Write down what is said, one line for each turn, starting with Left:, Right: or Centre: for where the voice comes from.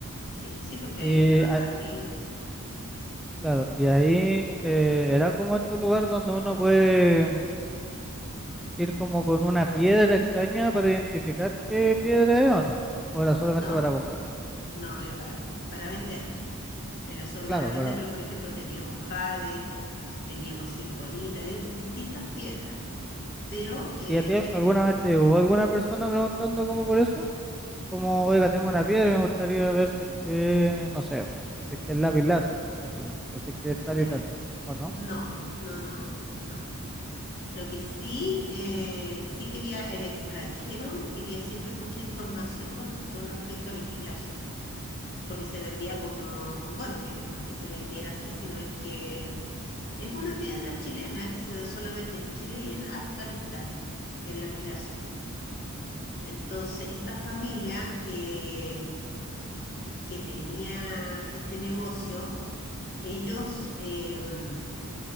Left: sí, sí, porque
Centre: Y
Left: ahí trabajaban
Centre: ah,
Left: día y noche.
Centre: claro, y ahí eh, era como estos lugares donde uno puede mm, ir como con una piedra extraña para identificar qué piedra es o no. O era solamente
Left: No,
Centre: para comprar.
Left: no era para, com- para vender, era solo
Centre: Claro,
Left: para vender,
Centre: para.
Left: pero por ejemplo teníamos jade, teníamos circonita, de distintas piedras, pero eh,
Centre: ¿Y a ti alguna vez te llegó alguna persona preguntando como por eso? Como, oiga, tengo una piedra y me gustaría ver si es que, no sé, si es que es lápiz lazuli, ponte tú, o si es que es tal
Left: ya,
Centre: y tal, ¿o no?
Left: no, no, no, no, no. Lo que sí, eh, sí quería el extranjero, quería siempre mucha información con, con respecto al lapislázuli, porque se vendía como, bueno, que no es que se vendiera así, sino es que es una piedra chilena que se da solamente en Chile y en Afganistán, el lapislázuli. Entonces, esta familia que, que tenía este negocio, ellos, em,